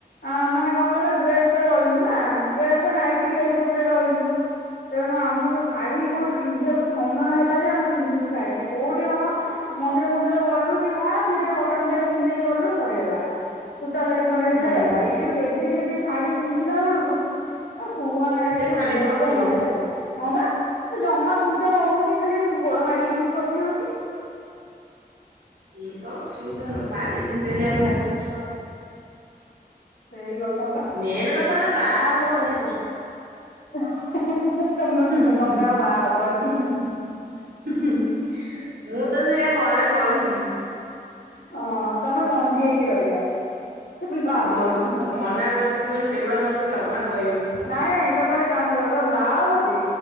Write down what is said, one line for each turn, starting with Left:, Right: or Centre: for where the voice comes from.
Left: ଆ ମାନେ କଣ କହିଲ ଡ୍ରେସ ରେ ରହିଲୁ ନା ଡ୍ରେସ ନାଇଟି ଏସବୁରେ ରହିଲୁ। ତେଣୁ ଆମକୁ ଶାଢୀ କୋଉଠି ପିନ୍ଧିବାକୁ ସମୟ ହେଲା ଯେ ଆମେ ପିନ୍ଧିବୁ ଶାଢୀ କୋଉଠି ଅଁ ମନ୍ଦିର ଫନ୍ଦିର ଗଲୁ କି କଣ ସିଏ ଟିକେ କଟନ ଶାଢୀ ପିନ୍ଧିଦେଇକି ଗଲୁ ସରିଗଲା। ସୂତା ଶାଢୀ ଖଣ୍ଡେ ହେଲେ
Right: ହୁଁ।
Left: ହେଲା, ଏଇ ଯୋଉ ହେଭି ହେଭି ଶାଢୀ ପିନ୍ଧିଲା ବେଳକୁ ହ କୁହ ନା କାଲି
Right: ସେ
Left: ଯୋଉ
Right: ଖାଲି
Left: ବିରକ୍ତିଆ
Right: ଖସିବ
Left: ମତେ ଲାଗିଚି। ହଁ ବା ଜମା କୁଞ୍ଚ ରହୁନି ଖାଲି ଗୋଡ ମାଡି ହେଇକି ଖସି ଯାଉଛି।
Right: ସେଇ ତ ଅସୁବିଧା ଆଉ ଶାଢୀ ପିନ୍ଧି ଚାଲିବା ଭାରି କଷ୍ଟ।
Left: ସେଇ କଥା ବା।
Right: ମେନ୍ କଥା ହେଲା ବାହା ହବା ଭାରି କଷ୍ଟ।
Left: <unintelligible>
Right: <unintelligible>
Left: ତମେ ଆଉ ବାହା ହବନି
Right: ତ ସେଇଆ ଘରେ କହିଛି।
Left: ହଁ ତମେ ମଞ୍ଜି ହେଇକି ରହିଯାଅ ତମେ ବାହା
Right: ହଁ
Left: ହୁଅନି।
Right: ମୁଁ ତ ମନା କରିଛି ମୁଁ କହିଲି ସେଗୁଡା ମତେ ଜମା କହିବନି।
Left: ନାଇଁ ନାଇଁ ତମେ ଗୋଟେ କାମ କର ତମେ ବାହା ହବ ଯେ